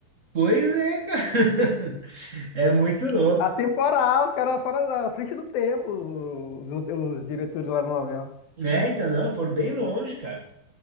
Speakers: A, on the right (about 40°); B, on the left (about 80°).
A: Pois é, cara. <laughs> É muito
B: <laughs>
A: louco.
B: atemporal, os caras fora da frente do tempo, os, os diretores lá na novela.
A: Né? Então, não, foram bem longe, cara.